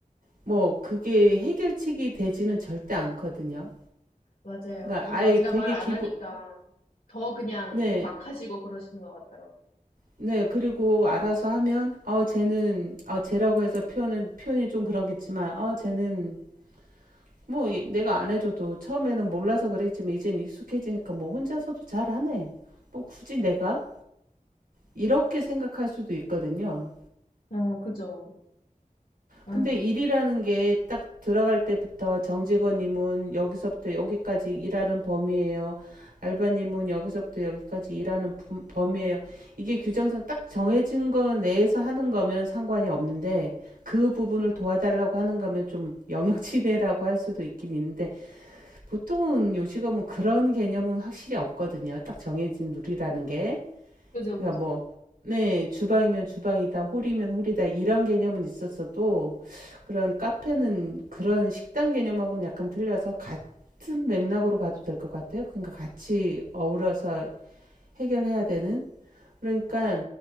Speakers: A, on the right; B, on the left.
A: 뭐, 그게 해결책이 되지는 절대 않거든요.
B: 맞아요.
A: 그러니까
B: 뭔가
A: 아예
B: 제가
A: 되게
B: 말 안
A: 기분,
B: 하니까 더 그냥
A: 네.
B: 막 하시고 그러시는 것 같더라고요.
A: 네. 그리고 알아서 하면 어 쟤는 어 쟤라고 해서 표현을 표현이 좀 그러겠지만 어 쟤는 뭐 얘- 내가 안 해줘도 처음에는 몰라서 그랬지만 이젠 익숙해지니까 뭐 혼자서도 잘하네. 뭐 굳이 내가 이렇게 생각할 수도 있거든요.
B: 어, 그죠. 아,
A: 근데 일이라는 게 딱 들어갈 때부터 정직원님은 여기서부터 여기까지 일하는 범위예요. 알바님은 여기서부터 여기까지 일하는 범위예요. 이게 규정상 딱 정해진 거 내에서 하는 거면 상관이 없는데 그 부분을 도와달라고 하는 거면 좀 영역 침해라고 할 수도 있긴 있는데 보통은 요식업은 그런 개념은 확실히 없거든요. 딱 정해진 룰이라는 게.
B: 그죠,
A: 그러니까
B: 그죠.
A: 뭐, 네, 주방이면 주방이다, 홀이면 홀이다, 이런 개념은 있었어도, 그런 카페는 그런 식당 개념하고는 약간 틀려서 같은 맥락으로 봐도 될 것 같아요. 그러니까 같이 어우러서 해결해야 되는? 그러니까